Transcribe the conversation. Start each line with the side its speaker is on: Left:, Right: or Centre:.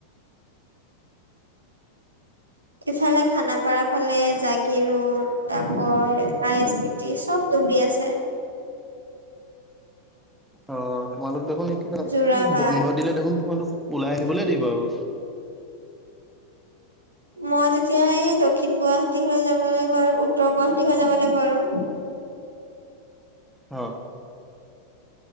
Right: ইফালে খানাপাৰাৰ ফালে জাগিৰোড। তাকৰ আই এছ বি টি চব ডুবি আছে।
Centre: অ', তোমালোক দেখোন এতিয়া
Right: যোৰাবাট
Centre: উম, বন্ধত। দিলে দেখোন তোমালোক, ওলাই আহিবলে দেই বাৰু।
Right: মই তেতিয়া এই দক্ষিণ গুৱাহাটী হৈ যাব লাগিব আৰু উত্তৰ গুৱাহাটী হৈ যাব লাগিব আৰু।
Centre: অ',